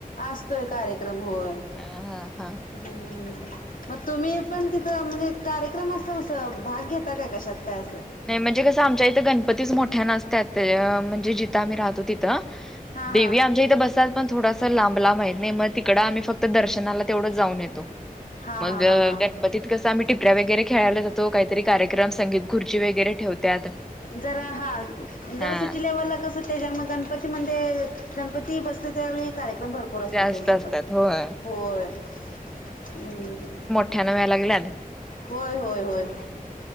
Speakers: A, on the left; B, in the centre.
A: आसतोय कार्यक्रम होय.
B: आ ह ह
A: हम्म म तुम्ही पण तिथं म्हणजे कार्यक्रम अस भाग घेता का काय? कशात काय? असं
B: नाही म्हणजे कसं आमच्या इथं गणपतीच मोठ्या नसत्यात, म्हणजे जिथं आम्ही राहतो तिथं.
A: हा
B: देवी
A: हा
B: आमच्या इथं बसा पण थोड अस लांब लांब आहे नाही मग तिकडं आम्ही फक्त दर्शनाला तेवढंच जाऊन येतो.
A: हा
B: मग
A: हा हा हा
B: गणपतीत कसं आम्ही टिपऱ्या वगैरे खेळायला जातो काहीतरी कार्यक्रम संगीत खुर ची वगैरे ठेवत्यात.
A: जरा हा जरा
B: हा.
A: सिटी लेवलला कस? त्याच्यामुळे गणपतीमध्ये गणपती बसते त्या वेळी कार्य पण भरपूर असतात
B: जास्त
A: त्यांच्या
B: असतात
A: पण,
B: होय
A: होय हम्म
B: ठ्यान होय लागल्यात.
A: होय होय होय
B: हम्म